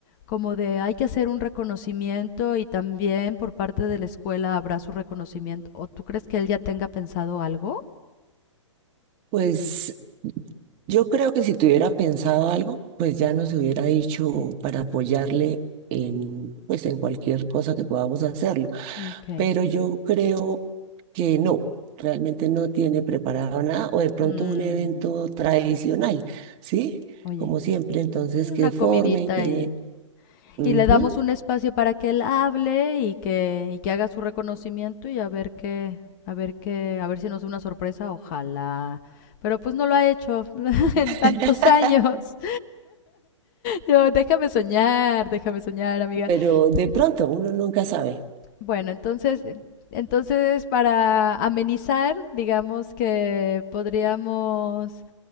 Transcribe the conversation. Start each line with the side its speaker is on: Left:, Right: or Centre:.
Left: como de hay que hacer un reconocimiento y también por parte de la escuela habrá su reconocimiento o tú crees que él ya tenga pensado algo
Right: Pues yo creo que si tuviera pensado algo, pues ya nos hubiera dicho para apoyarle en, pues en cualquier cosa que podamos hacerlo.
Left: Ok.
Right: pero yo creo que no, realmente no tiene preparado nada o de pronto
Left: Mm,
Right: un evento tradicional, ¿sí?
Left: oye
Right: Como siempre, entonces
Left: una
Right: que
Left: comidita
Right: formen, que...
Left: y,
Right: ujú,
Left: y le damos un espacio para que él hable y que y que haga su reconocimiento y a ver qué a ver qué a ver si nos da una sorpresa ojalá pero pues no lo ha hecho <laughs> en
Right: <laughs>
Left: tantos años Yo, déjame soñar, déjame soñar, amiga.
Right: Pero
Left: Pero,
Right: de pronto uno nunca sabe.
Left: bueno, entonces, entonces para amenizar, digamos que podríamos